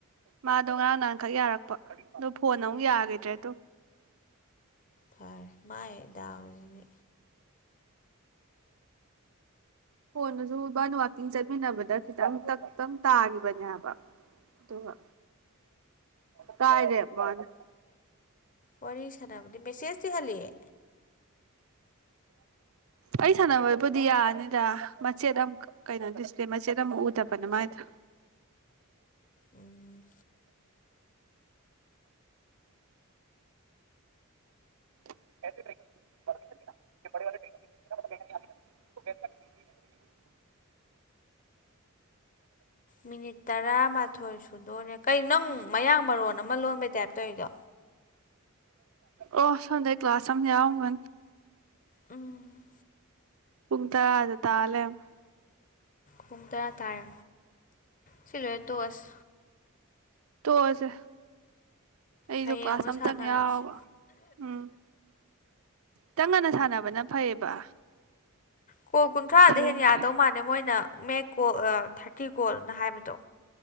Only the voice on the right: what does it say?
ꯃꯥꯗꯣ ꯉꯔꯥꯡ ꯅꯍꯥꯟꯈꯛ ꯌꯥꯔꯛꯄ ꯑꯗꯨ ꯐꯣꯟ ꯑꯃꯨꯛ ꯌꯥꯈꯤꯗ꯭ꯔꯦꯗꯣ
ꯍꯣꯟꯅꯁꯨꯕꯥꯅ ꯋꯥꯋꯥꯛꯀꯤꯡ ꯆꯠꯃꯤꯟꯅꯕꯗ ꯈꯤꯇꯪ ꯇ ꯇꯪ ꯇꯥꯈꯤꯕꯅꯦꯕ ꯑꯗꯨꯒ ꯀꯥꯏꯔꯦ ꯃꯥꯅ
ꯑꯩ ꯁꯥꯟꯅꯕꯣꯏꯕꯨꯗꯤ ꯌꯥꯅꯤꯗ ꯃꯆꯦꯠ ꯑꯃ ꯀꯩꯅꯣꯗꯤꯁꯄꯦ ꯃꯆꯦꯠ ꯑꯃꯛ ꯎꯗꯕꯅꯦ ꯃꯥꯥꯏꯗ
ꯁꯦ
ꯑꯣ ꯁꯗ ꯀ ꯀ꯭ꯂꯥꯁ ꯑꯃꯒ
ꯄꯨꯡ ꯇꯥꯔꯥꯗꯤ ꯇꯥ ꯂꯩꯔꯝꯃꯦ ꯫
ꯇꯣꯛ ꯑꯁꯤ꯫ ꯑꯩꯁꯨ
ꯀ꯭ꯂꯥꯁ
ꯑꯝꯇꯪ
ꯌꯥꯎꯕ ꯎꯝ꯫ ꯇꯪ ꯉꯟꯅ ꯁꯥꯟꯅꯕꯅ ꯐꯩꯌꯦꯕ
ꯊꯦꯡꯈ꯭ꯔꯦ